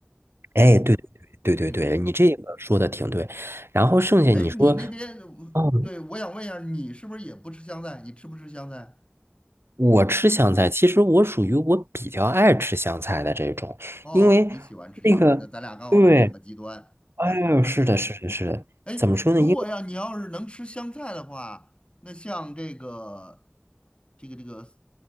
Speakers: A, on the right; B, on the left.
A: 哎，对对对对对，
B: 嗯，
A: 你这个说的挺对。然后剩下你说。
B: 哎，你那边，
A: 哦
B: 对，我想问一下，你是不是也不吃香菜？你吃不吃香菜？
A: 我吃香菜，其实我属于我比较爱吃香菜的这种，
B: 哦，
A: 因为
B: 你喜欢吃香菜，
A: 那个，
B: 那咱俩刚好是两个极端。
A: 对，哎呦，
B: 嗯，
A: 是的，是的，是的，
B: 哎，
A: 怎么说呢？
B: 如果要你要是能吃香菜的话，
A: 因为
B: 那像这个这个这个